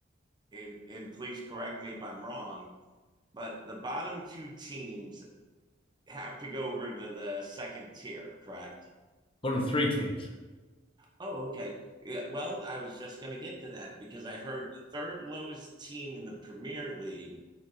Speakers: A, on the right (about 25°); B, on the left (about 30°).
A: and, and please correct me if I'm wrong, but the bottom two teams have to go over to the second tier, correct?
B: Bottom three teams. <laughs>
A: Oh, okay. Yeah, well, I was just going to get to that because I heard the third lowest team in the Premier League